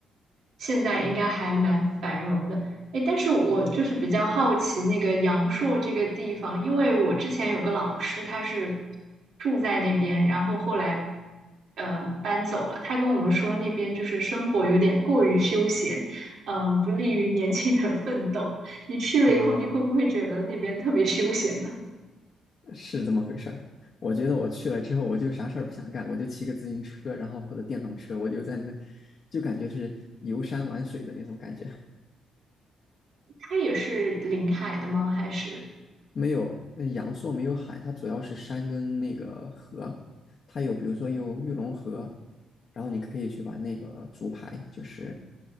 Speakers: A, on the right; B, on the left.
A: 现在应该还蛮繁荣的。诶，但是我就是比较好奇那个阳朔这个地方，因为我之前有个老师，他是住在那边，然后后来呃搬走了。他跟我们说那边就是生活有点过于休闲，嗯、不利于年轻人奋斗。你去了以后，
B: 嗯。
A: 你会不会觉得那边特别休闲呢？
B: 是这么回事儿。我觉得我去了之后，我就啥事儿不想干，我就骑个自行车，然后或者电动车，我就在那，就感觉是游山玩水的那种感觉。
A: 他也是临海的吗？还是？
B: 没有，呃阳朔没有海，它主要是山跟那个河。它有，比如说有玉龙河，然后你可以去玩那个竹排，就是